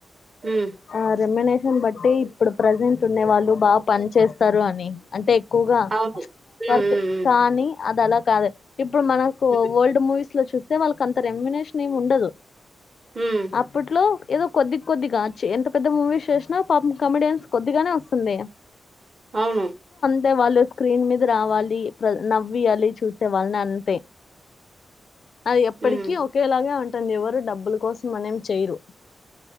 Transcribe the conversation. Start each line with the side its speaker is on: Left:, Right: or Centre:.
Right: ఉమ్
Left: ఆ రెమునేష బట్టి ఇప్పుడు ప్రజెంట్ ఉండే వాళ్ళు బాగా పని చేేస్తారు అని అంటే తక్కుగా <unintelligible>
Right: అవును. హ్మ్.
Left: వర్క కానీ అది అలా కాదు ఇప్పుడు మనకు
Right: హ్మ్. హ్మ్.
Left: ఓల్డ్ మూవీస్ లో చూస్తే వాళ్ళకి అంత రెమునేషన్ ఏమి ఉండదు
Right: హ్మ్.
Left: అప్పట్లో ఏదో కొద్దిగ కొద్దిగ చ్చి ఎంత పెద్ద మూవీస్ చేసినా పాపం కమెడియన్స్కి కొద్దిగానే వస్తుంది
Right: అవును
Left: తె వాళ్ళు స్క్రీన్ మీద రావాలి ప్ర నవ్వియాలి చూసే వాళ్ళని అంతే అది ఎప్పటికి
Right: హ్మ్.
Left: ఒకే లాగా ఉంట <unintelligible> ధయవాద డబ్బుల కోసం మనేం చేయరు